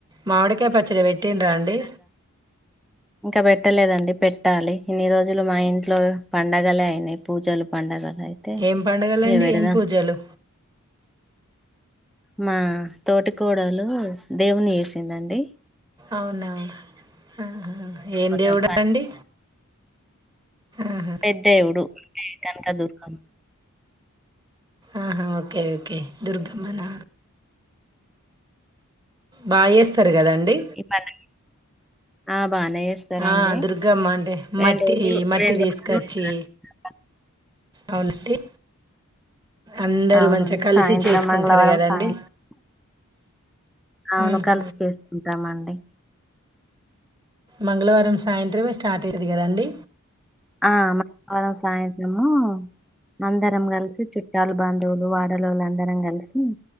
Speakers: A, on the right (about 20°); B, in the centre.
A: మామిడికాయ పచ్చడి పెట్టిన్రా అండి
B: ఇంకా పెట్టలేదండి పెట్టాలి ఇన్ని రోజులు మా ఇంట్లో పండగలే అయినాయి పూజలు పండగలు అయితే
A: ఏం పండుగలు అండి
B: ఇగ పెడదాం
A: ఏం పూజలు
B: మా తోటికోడలో దేవుని చుసిందండి
A: అవునా ఆహా ఏం
B: కొంచెం
A: దేవుడు అండి ఆహా
B: పెద్దేవుడు అంటే తను అదు కం
A: ఆహా ఓకే ఓకే దుర్గమ్మనా బాగా చేస్త ది కదండి
B: ఈ పండగ ఆ బానే చేస్తారండి
A: ఆ దుర్గమ్మ అంటే
B: రెండు
A: మట్టి
B: రోజులు
A: మట్టి
B: రెండు
A: తీసకచ్చి
B: రోజులు
A: అవునండి అందరూ
B: అవునండి
A: మంచిగా కలిసి
B: సాయంత్రం
A: చేసుకుంటారు
B: మంగళవారం
A: కదండి
B: సాయంత్రం అవును
A: మ్మ్హ.
B: కలిసి చేసుకుంటామండి
A: మంగళవారం సాయంత్రమే స్టార్ట్ అయ్యేది కదండి
B: ఆ మంగళవారం సాయంత్రము అందరం కలిసి చుట్టాలు బాంధువులు వాడలో వాళ్ళు అందరం కలిసి